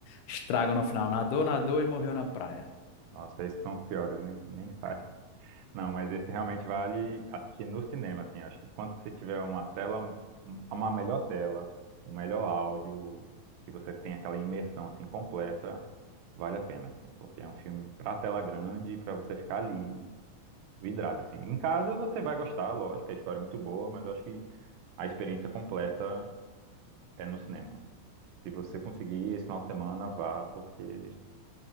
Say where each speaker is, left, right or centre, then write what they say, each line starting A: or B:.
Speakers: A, on the left; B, on the right.
A: estragam no final, nadou, nadou e morreu na praia.
B: Nossa, esses são os piores, né? Nem faz. Não, mas esse realmente vale assistir no cinema, assim. Acho que quando você tiver uma tela, uma melhor tela, um melhor áudio, que você tem aquela imersão, assim, completa, vale a pena, assim, porque é um filme pra tela grande, pra você ficar ali vidrado, assim. Em casa você vai gostar, lógico, a história é muito boa, mas eu acho que A experiência completa é no cinema. Se você conseguir esse final de semana, vá, porque